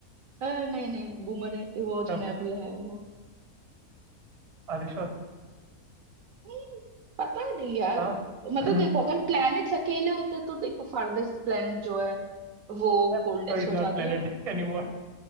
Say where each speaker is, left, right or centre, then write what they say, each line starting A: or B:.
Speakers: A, on the right (about 65°); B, on the right (about 30°).
A: अह, नहीं नहीं बूमर वो जो
B: सब
A: नेबुला है वो
B: अरिशो
A: हम्म, पता नहीं यार
B: हाँ
A: मतलब
B: <laughs>
A: देखो अगर प्लैनेट्स अकेले होते तो देखो फार्देस्ट प्लैनेट जो है वो
B: Pluto
A: कोल्डेस्ट
B: is
A: हो
B: not
A: जाते
B: planet
A: हैं
B: anymore